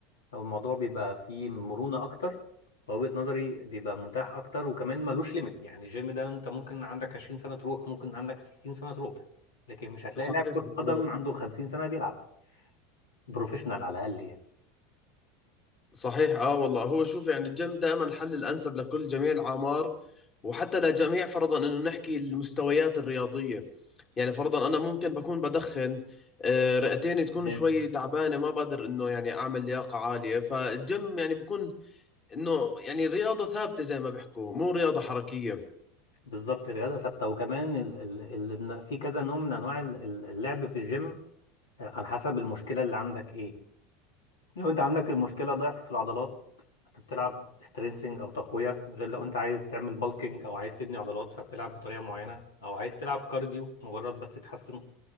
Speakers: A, on the left; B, on the left.
A: او الموضوع بيبقى فيه مرونة اكتر وجهة نظري بيبقى متاح اكتر وكمان ملوش ليميت يعني الجيم ده انت ممكن عندك 20 سنة تروح ممكن عندك 60 سنة تروح لكن مش هتلاقي
B: صحيح
A: لاعب كرة
B: بالضبط
A: قدم عنده 50 سنة بيلعب بروفيشنال على الاقل يعني
B: صحيح اه والله هو شوف يعني الجيم دائما الحل الانسب لكل جميع الاعمار وحتى لجميع فرضا انه نحكي المستويات الرياضيه يعني فرضا انا ممكن بكون بدخن آه، رئتين تكون
A: تمام.
B: شوي تعبانه ما بقدر انه يعني اعمل لياقه عاليه فالجيم يعني بكون انه يعني رياضه ثابته زي ما بيحكوا مو رياضه حركيه
A: بالظبط الرياضة ثابتة وكمان ال ال ال إن في كذا نوع من انواع ال- ال- اللعب في الجيم على حسب المشكلة اللي عندك ايه لو انت عندك المشكلة ضعف في العضلات فبتلعب سترينسنج او تقوية غير لو انت عايز تعمل بالكينج او عايز تبني عضلات فبتلعب بطريقة معينة او عايز تلعب كارديو مجرد بس تحسن